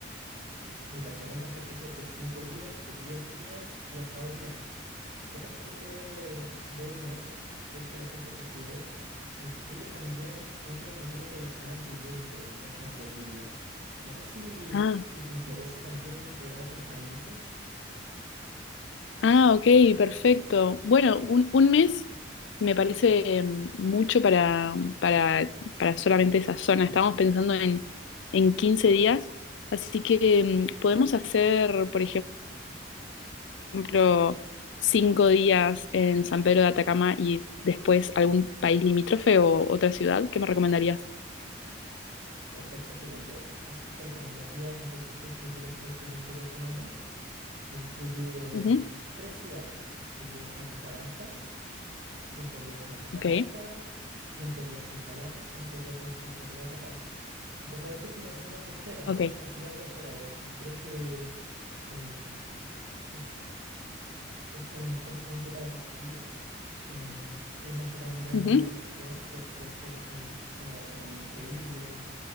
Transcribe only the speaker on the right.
Mira, tenemos paquetes de 5 días, de 10 días y hasta un mes. Este paquete de un mes, que es que la gente prefiere, incluye también un recorrido por el Salar de Uyuni, que vendría a ser Bolivia. No sé si,
si te interesa también eh, otros países.
Perfecto, sí, lo entiendo. Entonces te recomendaría un paquete que dura exactamente dos semanas. Incluye
tres ciudades. Incluye Antofagasta. cinco días en Antofagasta,
cinco días en Calama y cinco días en San Pedro de Atacama. Antofagasta es una zona costera,
es una ciudad costera de hecho, y creo que em, es es el mejor punto para partir. Eh, es la ciudad más grande
de la región y ofrece mu- una gastronomía increíble,